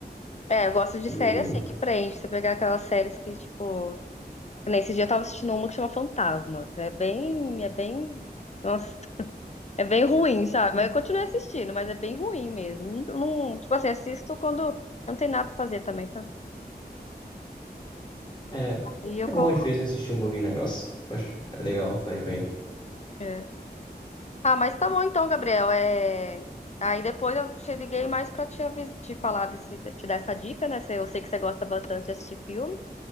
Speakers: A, on the left; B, on the left.
A: É, eu gosto de
B: e-
A: série assim, que prende. Você pegar aquelas séries que, tipo. Nesse dia eu tava assistindo uma que chama Fantasmas. É bem. É bem. Nossa, É bem ruim, sabe? Mas eu continuo assistindo, mas é bem ruim mesmo. Não, não- tipo assim, assisto quando não tem nada pra fazer também, sabe?
B: é,
A: E eu
B: é bom, às
A: coloco.
B: vezes, assistir um pouquinho o negócio. Acho é legal, faz bem.
A: é. Ah, mas tá bom então, Gabriel. É... Aí depois eu te liguei mais pra te, avis- te falar desse, te dar essa dica, né? Se- Eu sei que você gosta bastante de assistir filme.